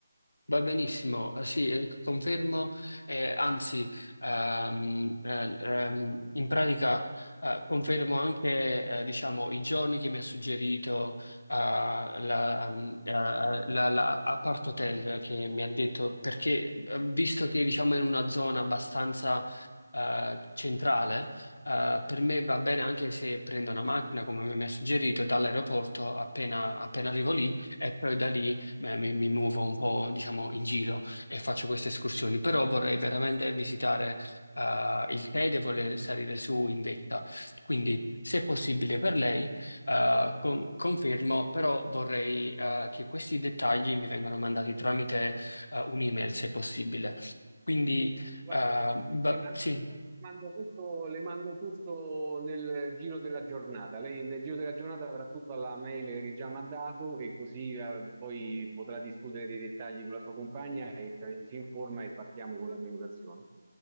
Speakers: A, on the left (about 70°); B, on the right (about 25°).
A: Va benissimo, eh, sì, eh, confermo, eh, anzi, ehm, eh, ehm, in pratica eh, confermo anche eh, diciamo, i giorni che mi ha suggerito eh, la, ehm, eh, la- la Apart Hotel che mi ha detto, perché eh, visto che diciamo, è in una zona abbastanza eh, centrale, eh, per me va bene anche se prendo una macchina, come mi ha suggerito, dall'aeroporto appena appena arrivo lì e poi da lì eh, mi, mi muovo un po', diciamo, in giro e faccio queste escursioni, però vorrei veramente visitare eh, il Tede e voler salire su in vetta. Quindi, se possibile per lei, eh, con- confermo, però vorrei eh, che questi dettagli mi vengano mandati tramite eh, un'email, se possibile. Quindi,
B: Guardi,
A: eh,
B: le,
A: va-
B: le mando,
A: sì,
B: le mando tutto, le mando tutto nel giro della giornata. Lei nel giro della giornata avrà tutto alla mail che già mi ha dato e così eh, poi potrà discutere dei dettagli con la sua compagna e ci ci informa e partiamo con la prenotazione.